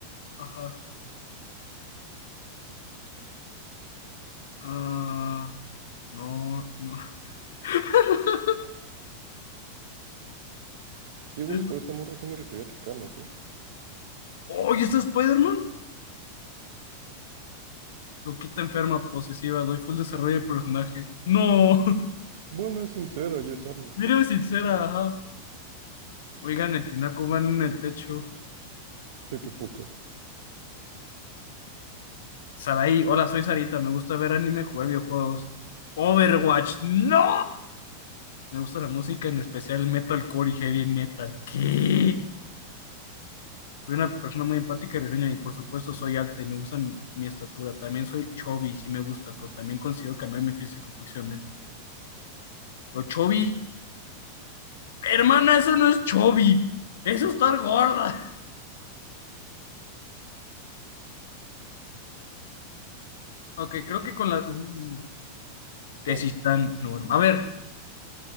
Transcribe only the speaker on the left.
Ajá. Ah, no, no. <laughs>
Es-
Oh, ¿y esta Spider-Man? Loquita enferma, posesiva, doy full desarrollo de personaje. No. <laughs>
Mírame sincera, ajá. Oigan, el tinaco va en el techo.
Saraí, hola, soy Sarita, me gusta ver anime, jugar videojuegos. Overwatch, no. Me gusta la música, en especial metalcore y heavy metal. ¿Qué? Soy una persona muy empática y risueña y por supuesto soy alta y me gusta mi, mi estatura. También soy chubby, sí me gusta, pero también consigo cambiar mi físico próximamente. Pero chubby, hermana, eso no es chubby, eso es estar gorda. <laughs> Ok, creo que con la... Uh, Tesistán,
no, hermano. A ver,